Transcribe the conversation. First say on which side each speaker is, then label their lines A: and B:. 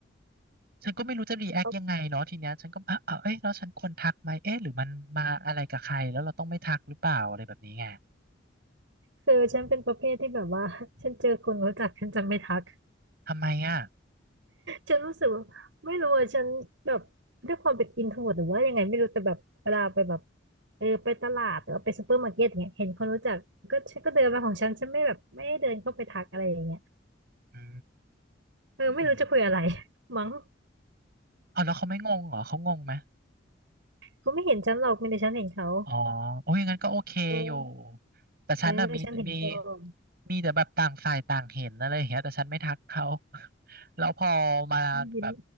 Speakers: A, on the right (about 55°); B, on the right (about 75°).
A: ฉันก็ไม่รู้จะรีแอคยังไงเนาะทีเนี้ยฉันก็อ่ะอ่ะเอ้ยแล้วฉันควรทักไหมเอ๊ะหรือมันมาอะไรกับใครแล้วเราต้องไม่ทักหรือเปล่าอะไรแบบนี้ไง
B: แล้คือฉันเป็นประเภทที่แบบว่า <laughs> ฉันเจอคนรู้จักฉันจำไม่ทัก
A: ทำไมอ่ะ
B: ฉันรู้สึกว่าไม่รู้อะฉันแบบด้วยความเป็นอินโทรหรือว่ายังไงไม่รู้แต่แบบเวลาไปแบบเออไปตลาดหรือว่าไปซูเปอร์มาร์เก็ตอย่างเงี้ยเห็นคนรู้จักก็ฉันก็เดินมาของฉันฉันไม่แบบไม่ได้เดินเข้าไปทักอะไรอย่างเงี้ย
A: อื
B: เออไม่รู้จะคุยอะไร
A: ม
B: <laughs> มั้ง
A: เอาแล้วเขาไม่งงเหรอเขางงไหม
B: เขาไม่เห็นฉันหรอกมีแต่ฉันเห็นเขา
A: อ๋อโอ้ยงั้นก็โอเคอยู่
B: เออ
A: แต่ฉันน่ะมีมี
B: เออฉันเห็นก่อน
A: มีแต่แบบต่างฝ่ายต่างเห็นอะไรอย่างเงี้ยแต่ฉันไม่ทักเขา <laughs> แล้วพอมาแบบ
B: ยิ้มยิ้ม